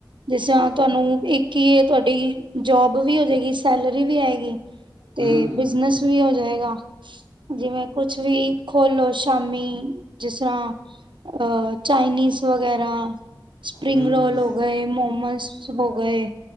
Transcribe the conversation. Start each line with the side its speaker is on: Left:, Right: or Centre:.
Right: ਜਿਸ ਰਾ ਤੁਹਾਨੂੰ ਇੱਕੀ ਏ ਤੁਹਾਡੀ ਜੋਬ ਵੀ ਹੋ ਜੇਗੀ ਸੈਲਰੀ ਵੀ ਆਏਗੀ। ਤੇ
Left: ਹਮ ਹਮ
Right: ਬਿਜਨਸ
Left: ਹਮ
Right: ਵੀ ਹੋ ਜਾਏਗਾ। ਜਿਵੇਂ ਕੁਛ ਵੀ ਖੋਲੋ ਸ਼ਾਮੀ ਜਿਸ ਤਰ੍ਹਾਂ ਅ ਚਾਈਨੀਜ਼ ਵਗੈਰਾ। ਸਪਰਿੰਗ
Left: ਹਮ
Right: ਰੋਲ ਹੋ ਗਏ ਮੋਮਸ ਹੋ ਗਏ